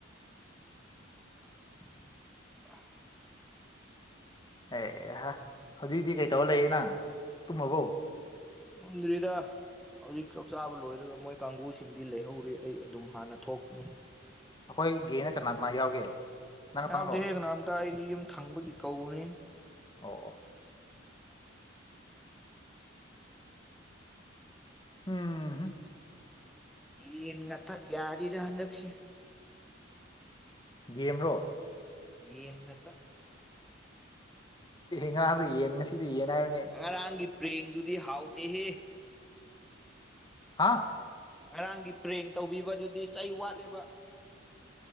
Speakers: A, in the centre; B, on the left.
A: <unintelligible>
B: ꯑꯦ ꯑꯦꯍ ꯍꯧꯖꯤꯛꯗꯤ ꯀꯩꯇꯧꯔ ꯂꯩꯌꯦ ꯅꯪ ꯇꯨꯝꯃꯕꯣ
A: ꯗꯨꯝꯗ꯭ꯔꯤꯗ ꯍꯧꯖꯤꯛ ꯆꯥꯛ ꯆꯥꯕ ꯂꯣꯏꯔꯒ ꯃꯣꯏ ꯀꯥꯡꯒꯕꯨꯁꯤꯡꯗꯤ ꯂꯩꯍꯧꯔꯤ ꯑꯩ ꯑꯗꯨꯝ ꯍꯥꯟꯅ ꯊꯣꯛꯄꯅꯦ
B: ꯑꯩꯈꯣꯏꯒꯤꯒꯦꯅ ꯀꯅꯥ ꯀꯅꯥ ꯌꯥꯎꯒꯦ ꯅꯪ ꯈꯇꯪꯔꯣ
A: ꯌꯥꯕꯗꯤ ꯍꯦꯒꯅ ꯑꯝꯇ ꯑꯩꯗꯤ ꯌꯨꯝ ꯊꯪꯕꯗꯤ ꯀꯧꯅꯤ
B: ꯑꯣ ꯑꯣ ꯎꯝ
A: ꯌꯦꯅꯤꯡ ꯉꯠꯇ ꯌꯥꯗꯗ ꯍꯟꯗꯁꯤ
B: ꯕꯤꯑꯦꯝ ꯔꯣ
A: ꯌꯦꯟꯠꯇ
B: ꯉꯔꯥꯡꯁꯨ ꯌꯦꯟ ꯉꯁꯤꯁꯨ ꯌꯦꯟ ꯍꯥꯏꯕ
A: ꯉꯔꯥꯡꯒꯤ ꯄ꯭ꯔꯦꯡꯗꯨꯗꯤ ꯍꯥꯎꯇꯦꯍꯦ
B: ꯍꯥꯥ
A: ꯉꯔꯥꯡꯒꯤ ꯐ꯭ꯔꯦꯡ ꯇꯧꯕꯤꯕꯗꯨꯗꯤ ꯆꯩ ꯋꯥꯠꯂꯦꯕ